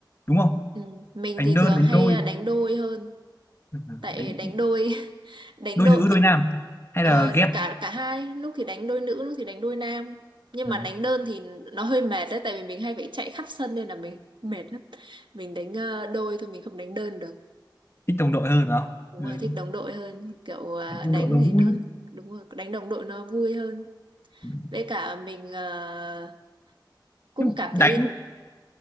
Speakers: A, on the left; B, on the right.
A: đúng không
B: Ừ. Mình
A: đánh
B: thì
A: đơn
B: thường
A: đánh
B: hay
A: đôi
B: ờ, đánh đôi hơn,
A: Ừ,
B: tại
A: đánh
B: đánh đôi <laughs> đánh
A: đôi
B: đôi
A: nữ đôi nam hay
B: ờ,
A: là ghép
B: cả cả hai, lúc thì đánh đôi nữ, lúc thì đánh đôi nam. Nhưng
A: ừ.
B: mà đánh đơn thì nó hơi mệt đấy tại vì mình hay phải chạy khắp sân nên là mình <laughs> mệt lắm. Mình đánh ờ, đôi thôi mình không đánh đơn được.
A: thích đồng đội hơn phải không
B: Đúng
A: ừ.
B: rồi, thích đồng đội hơn, kiểu à,
A: đánh đồng
B: đánh
A: đội nó
B: thì
A: vui
B: nó đúng rồi, đánh đồng đội nó vui hơn.
A: Ừ.
B: Với cả mình à, cũng
A: nhưng
B: cảm
A: đánh
B: thấy